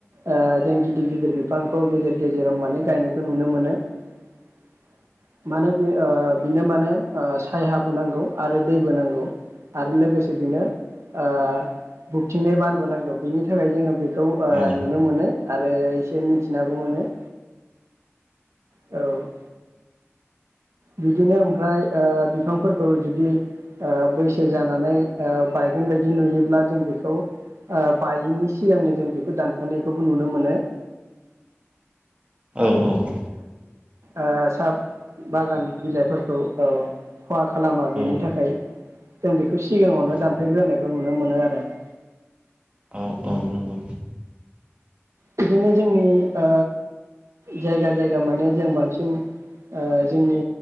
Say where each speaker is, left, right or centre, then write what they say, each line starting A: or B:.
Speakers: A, on the right (about 80°); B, on the right (about 25°).
A: ओ जों गि दि गिदिर बिफांखौ गेजेर गेजेराव माने गायनायखौ नुनो मोनो । मानो बे ओ बिनो मानो सायहाबो नांगौ आरो दैबो नांगौ आरो लोगोसे बिनो ओ बुबथिंनाय बारबो नांगौ बेनि थाखाय जोङो बे खौ ओ
B: औ
A: नुनो मोनो । आरो एसे मि थिनाबो मोनो । औ । बिदिनो ओमफ्राय ओ बिफांफोरखौ जुदि ओ बैसो जानानै आ बायगोन बायदि नुयोब्ला जों बेखौ आ बायैनि सिगांनो जों बेखौ दानफायनायखौबो नुनो मोनो ।
B: औ औ औ ।
A: आ साहा बागान बिलाइफोरखौ औ खहा खालामा
B: औ
A: बेनि थाखाय । जों बि खौ सिगाङावनो
B: औ
A: दानफायग्रोनाय खौ नुनो मोनो आरो ।
B: औ औ नंगौ ।
A: बिदिनो जोंनि ओ जायगा जायगा माने जों बांसिन आ जोंनि